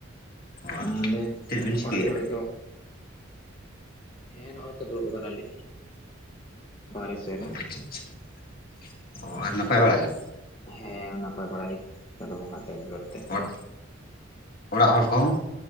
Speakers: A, on the left; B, on the left.
A: ᱚ
B: ᱛᱟᱞᱦᱮ
A: ᱪᱮᱫ ᱵᱤᱱ ᱪᱤᱠᱟᱹᱭᱮᱫᱼᱟ
B: ᱚᱲᱟᱜ ᱠᱚᱨᱮ ᱫᱚᱼᱼ ᱦᱮᱸ ᱱᱚᱜᱼᱚᱭ ᱛᱚ ᱫᱩᱲᱩᱵ ᱠᱟᱱᱟᱞᱤᱧ ᱵᱟᱨᱦᱮ ᱥᱮᱜ ᱨᱮᱼᱼ
A: <inaudible> ᱚ ᱟᱨ ᱱᱟᱯᱟᱭ ᱵᱟᱲᱟ ᱜᱮ?
B: ᱦᱮᱸ ᱱᱟᱯᱟᱭ ᱵᱟᱲᱟ ᱜᱮ, ᱪᱟᱸᱫᱚ ᱵᱚᱸᱜᱟ ᱦᱟᱜ ᱫᱟᱭᱟ ᱫᱩᱞᱟᱹᱲ ᱛᱮ
A: ᱦᱚᱲ ᱚᱲᱟᱜ ᱦᱚᱲ ᱠᱚ ᱦᱚᱸᱼᱼ